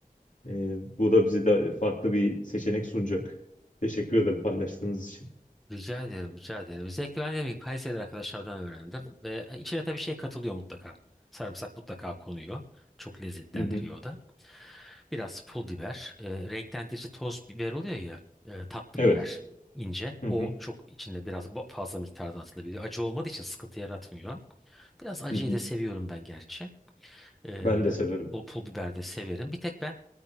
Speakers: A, on the left; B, in the centre.
A: Ee, bu da bizi de farklı bir seçenek sunacak. Teşekkür ederim paylaştığınız için.
B: Rica ederim, rica ederim. Özellikle ben dedim ki Kayseri arkadaşlardan öğrendim. Ve e, içine tabii şey katılıyor mutlaka. Sarımsak mutlaka konuyor. Çok lezzetlendiriyor
A: Hı hı.
B: o da. Biraz pul biber. e, renklendirici toz biber oluyor ya. e, tatlı
A: Evet.
B: biber ince.
A: Hı
B: O
A: hı.
B: çok içinde biraz ba- fazla miktarda atılabiliyor. Acı olmadığı için sıkıntı yaratmıyor. Biraz acıyı
A: Hı hı.
B: da seviyorum ben gerçi. Ee,
A: Ben de severim.
B: pul, pul biber de severim. Bir tek ben